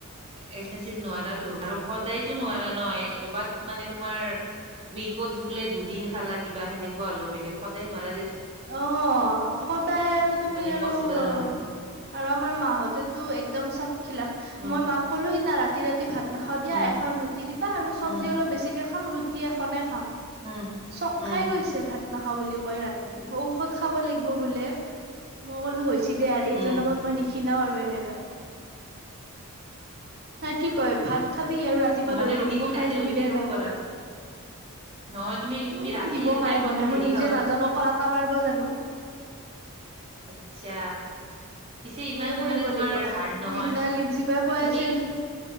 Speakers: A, on the right; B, on the right.
A: এক্সপেঞ্চিভ নোৱাৰাতো আৰু সদায়তো নোৱাৰা ন কবাত মানে তোমাৰ উইকত বোলে দুদিন খালা কিবা সেনেকুৱা হ'লেও বেলেগ সদায় নোৱাৰা দেচোন।
B: অ সদায় আৰু তুমি
A: মানে
B: আৰু
A: পচিবল
B: অ
A: নহয়
B: আৰু আমাৰ মাহতেতো একদম চব খিলাপ।
A: উম,
B: মই মাক ক'লো সিদিনা ৰাতি ৰাতি ভাত নাখাওঁ দিয়া
A: উম,
B: এখন ৰুটি দিবা আৰু চব্জি
A: উম,
B: অলপ বেছিকে খাম ৰুট- ৰুটি এখনে খাম,
A: উম।
B: চক
A: উম,
B: খাই গৈছে ভাত নাখাওঁ বুলি কয় ৰাতি। ঔষধ খাব লাগিব বোলে মই কলো হৈছে দে আৰ এই
A: উম,
B: জনমত মই নিক্ষীণাও আৰু এনেকে। তাই কি কয় ভাত খাবি আৰু ৰাতিপুৱা
A: মানে
B: দৌৰিবি
A: ৰুটি খাব-
B: ক্ষীণাই
A: ৰাতি
B: যাবি
A: ৰুটি
B: দে সেনেকে।
A: খাব পাৰা নহয় তুমি তুমি
B: উম
A: ৰাতিৰ
B: দিব মায়ে
A: টাইমতো
B: বনাই
A: হেৰি
B: মই নিজে
A: খাবা
B: নাজানো অকল আটা মাৰব জানো।
A: আচ্ছা। পিছে ইমান
B: সেয়ে কৰিব
A: মানে তোমাৰ
B: লাগিব,
A: হাৰ্ড
B: সেইদিনা
A: নহয়
B: লিমচি বাই কৈ
A: তুমি
B: আছিল